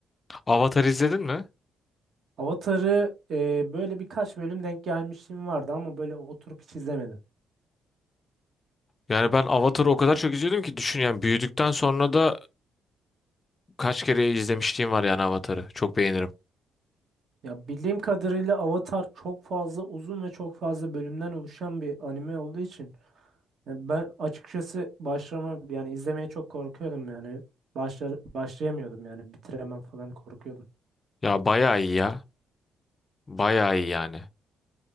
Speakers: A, on the left; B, on the right.
A: Avatar izledin mi?
B: Avatar'ı e, böyle birkaç bölüm denk gelmişliğim vardı ama böyle oturup hiç izlemedim.
A: Yani ben Avatar'ı o kadar çok izliyordum ki düşün yani büyüdükten sonra da kaç kere izlemişliğim var yani Avatar'ı. Çok beğenirim.
B: Ya bildiğim kadarıyla Avatar çok fazla uzun ve çok fazla bölümden oluşan bir anime olduğu için ya ben açıkçası başlama yani izlemeye çok korkuyordum yani başlar başlayamıyordum yani bitiremem falan korkuyordum.
A: Ya bayağı iyi ya. Bayağı iyi yani.